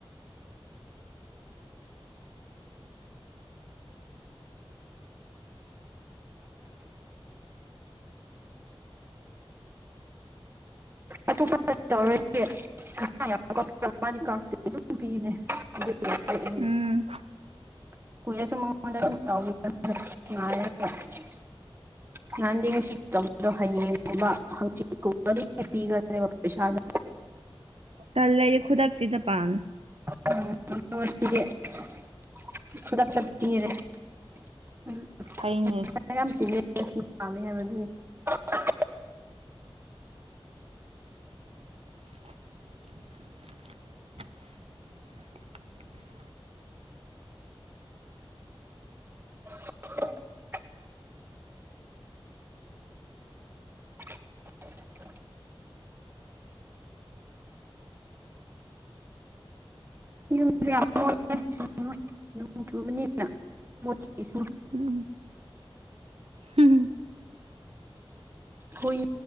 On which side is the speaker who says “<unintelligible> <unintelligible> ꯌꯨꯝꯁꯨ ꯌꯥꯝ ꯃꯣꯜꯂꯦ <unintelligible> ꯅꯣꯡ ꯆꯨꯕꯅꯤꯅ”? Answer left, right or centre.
Right